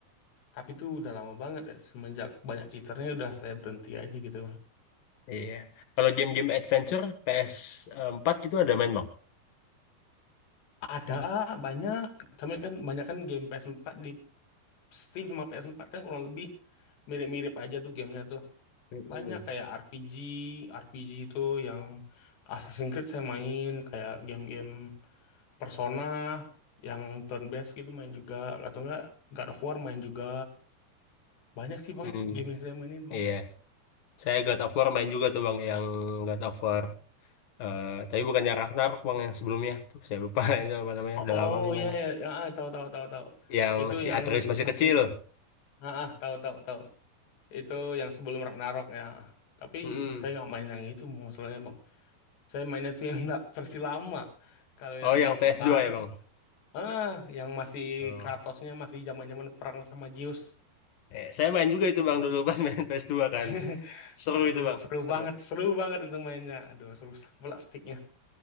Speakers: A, on the left (about 80°); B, on the left (about 60°).
A: Tapi itu udah lama banget ya. Semenjak banyak cheaternya udah saya berhenti aja gitu.
B: iya. Kalau game-game adventure ps empat itu ada main, Bang?
A: Ada banyak, tapi kan banyak kan game PS4 di Steam sama PS4 kan kurang lebih mirip-mirip aja tuh gamenya tuh.
B: Mm-mm.
A: Banyak kayak RPG, RPG itu yang Assassin's Creed saya main, kayak game-game Persona yang turn based gitu main juga atau enggak God of War main juga banyak sih bang
B: Hmm,
A: game yang saya mainin bang
B: iya. Saya God of War main juga tuh, Bang, yang God of War. Eh, tapi bukannya Ragnarok, Bang, yang sebelumnya. Tuh, saya lupa <laughs> itu apa namanya,
A: oh,
B: udah
A: oh
B: lama lagi
A: iya
B: mainnya.
A: ya, ya ah, tahu tahu tahu tahu
B: Yang
A: itu
B: si
A: yang
B: Atreus masih
A: masih
B: kecil.
A: ah, ah, tahu tahu tahu itu yang sebelum Ragnarok ya tapi
B: Mm-mm.
A: saya nggak main yang itu Bang, masalahnya bang saya mainnya tuh yang <laughs> nggak versi lama kalau
B: Oh,
A: yang
B: yang ps
A: baru
B: dua ya, Bang?
A: ah yang masih
B: Oh.
A: Kratosnya masih zaman zaman perang sama Zeus
B: Eh, saya main juga itu bang dulu pas main ps dua kan.
A: <laughs>
B: Seru
A: Nah, itu
B: itu bang,
A: seru
B: seru.
A: banget, seru banget itu mainnya. Aduh, seru sakit plastiknya.